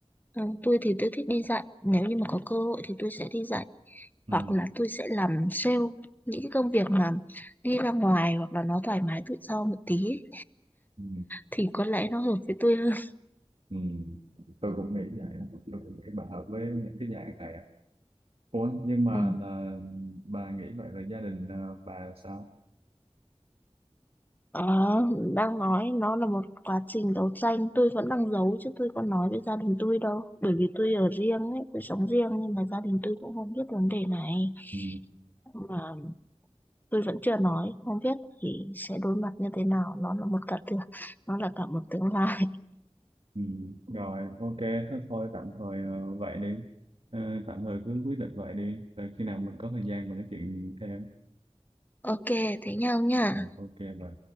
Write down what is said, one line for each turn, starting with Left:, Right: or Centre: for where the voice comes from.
Left: Ừ, tôi thì tôi thích đi dạy nếu như mà có cơ hội thì tôi sẽ đi dạy
Right: ừ.
Left: hoặc là tôi sẽ làm sale những cái công việc mà đi ra ngoài hoặc là nó thoải mái tự do một tí ấy,
Right: Ừ.
Left: thì có lẽ nó hợp với tôi hơn
Right: Ừ. tôi cũng nghĩ vậy đó. tôi cũng nghĩ bà hợp với những cái dạng này á. Ủa nhưng mà
Left: Ừ.
Right: là, bà nghĩ vậy là gia đình à, bà sao
Left: Đó, đang nói nó là một quá trình đấu tranh tôi vẫn đang giấu chứ tôi có nói với gia đình tôi đâu bởi vì tôi ở riêng ấy tôi sống riêng nhưng mà gia đình tôi cũng không biết vấn đề này
Right: ừ.
Left: mà tôi vẫn chưa nói không biết thì sẽ đối mặt như thế nào nó là một cả tương nó là cả một tương lai
Right: Ừ, rồi ok thế thôi tạm thời ờ, vậy đi Ờ, tạm thời cứ quyết định vậy đi rồi khi nào mình có thời gian mình nói chuyện thêm
Left: ok thế nhau nha
Right: Rồi, ok vậy